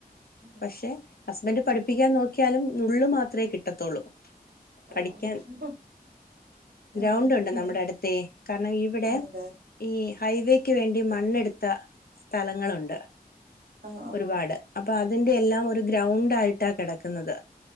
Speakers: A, on the right (about 75°); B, on the left (about 70°).
A: ഉം
B: പക്ഷെ ഹസ്ബൻഡ് പഠിപ്പിക്കാൻ നോക്കിയാലും നുള്ള് മാത്രമേ കിട്ടത്തുള്ളൂ പഠിക്കാൻ
A: ആഹ്
B: ഗ്രൗണ്ട്
A: ആഹ്
B: ഉണ്ട് നമ്മുടെ അടുത്ത കാരണം ഇവിടെ
A: അതെ
B: ഈ ഹൈവേക്ക് വേണ്ടി മണ്ണെടുത്ത സ്ഥലങ്ങളുണ്ട്
A: ആഹ് ആഹ്
B: ഒരുപാട് അപ്പൊ അതിന്റെ എല്ലാം ഒരു ഗ്രൗണ്ട് ആയിട്ടാ കിടക്കുന്നത്